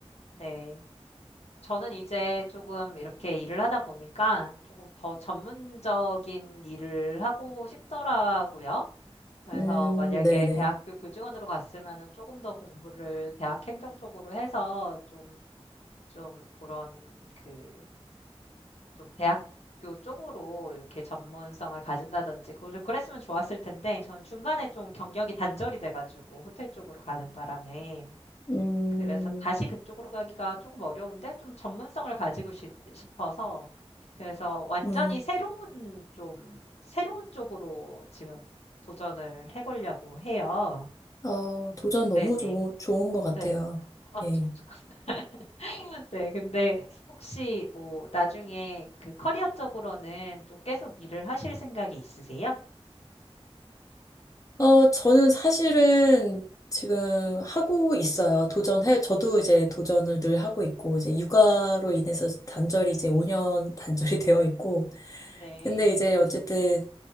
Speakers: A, on the left; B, on the left.
A: 네. 저는 이제 조금 이렇게 일을 하다 보니까 조금 더 전문적인 일을 하고 싶더라고요. 그래서
B: 음,
A: 만약에
B: 네네.
A: 대학교 교직원으로 갔으면은 조금 더 공부를 대학 행정 쪽으로 해서 좀, 좀 그런 그, 좀 대학교 쪽으로 이렇게 전문성을 가진다든지 그걸- 그랬으면 좋았을 텐데 저는 중간에 좀 경력이 단절이 돼가지고 호텔 쪽으로 가는 바람에
B: 음,
A: 그래서 다시 그쪽으로 가기가 조금 어려운데 좀 전문성을 가지고 싶, 싶어서 그래서 완전히
B: 음,
A: 새로운 좀 새로운 쪽으로 지금 도전을 해보려고 해요.
B: 어, 도전
A: 음, 네네.
B: 너무 좋, 좋은 것 같아요.
A: 네. 어, <laughs>
B: 예.
A: 네, 근데 혹시 뭐 나중에 그 커리어적으로는 또 계속 일을 하실 생각이 있으세요?
B: 어, 저는 사실은 지금 하고 있어요. 도전해, 저도 이제 도전을 늘 하고 있고, 이제 육아로 인해서 단절이 이제 5년 단절이 <laughs> 되어 있고,
A: 네,
B: 근데 이제 어쨌든